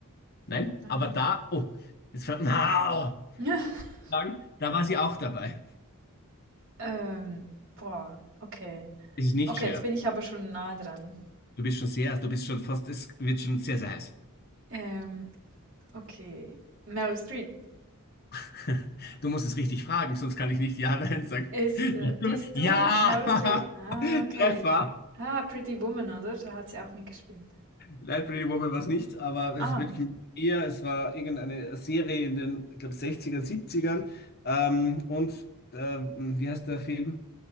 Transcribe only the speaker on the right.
Nein.
Ja. <laughs>
Ähm, boah, okay.
Okay,
jetzt bin ich aber schon nah dran.
Ähm, okay. Meryl Streep.
Ist,
äh, bist
du Meryl Streep? Ah,
okay.
Ah, Pretty Woman, oder? Da hat sie auch mitgespielt.
Ah,